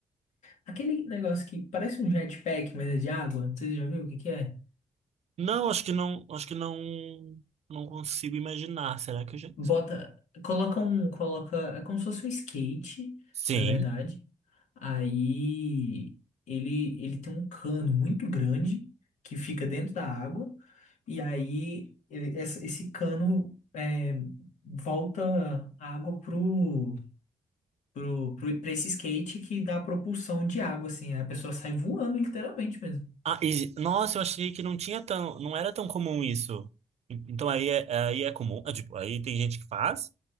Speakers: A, on the left; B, on the right.
A: aquele negócio que parece um jetpack, mas é de água. Não Você já viu o que que é?
B: Não, acho que não, acho que não, não consigo imaginar. Será que eu já.
A: Bota, coloca um, coloca, é como se fosse um skate,
B: Sim.
A: na verdade. Aí ele, ele tem um cano muito grande que fica dentro da água, e aí ele- essa- esse cano é, volta a água pro, pro, pro- pra esse skate que dá propulsão de água, assim, a pessoa sai voando literalmente mesmo.
B: Ah, e- nossa, eu achei que não tinha tão, não era tão comum isso. En- Então aí é, aí é comum, é, tipo, aí tem gente que faz.